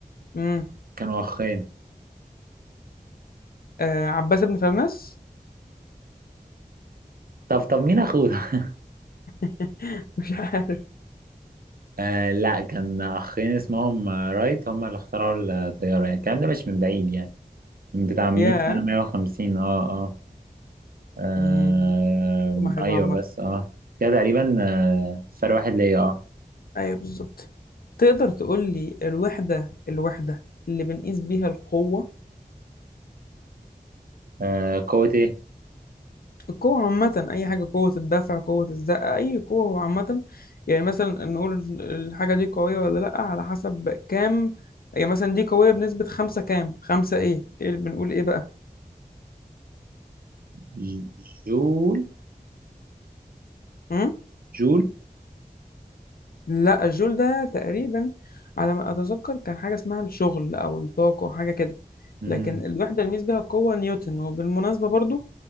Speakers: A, on the left; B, on the right.
A: مم.
B: كانوا اخين
A: آه عباس بن فرناس؟
B: طب طب مين اخوه ده؟
A: <laughs> مش عارف
B: <laughs> آه لا كان اخين اسمهم آه، رايت هم اللي اخترعوا الطياره يعني الكلام ده مش من بعيد يعني من بتاع 100
A: ياه
B: سنه 150 اه اه آه
A: مم، معلومة حلوة
B: ايوه
A: عامة
B: بس اه كده تقريبا آه فرق واحد ليا اه
A: أيوه بالظبط تقدر تقول لي الوحدة الوحدة اللي بنقيس بيها القوة
B: آه، قوة ايه
A: القوة عامة أي حاجة قوة الدفع قوة الزقة أي قوة عامة يعني مثلا نقول الحاجة دي قوية ولا لأ على حسب كام يعني مثلا دي قوية بنسبة خمسة كام خمسة إيه إيه اللي بنقول إيه بقى
B: ج- جول
A: أم؟
B: جول
A: لأ الجول ده تقريبا على ما أتذكر كان حاجة اسمها الشغل أو الطاقة أو حاجة كده
B: مم.
A: لكن الوحدة اللي ميز بيها القوة نيوتن وبالمناسبة برضو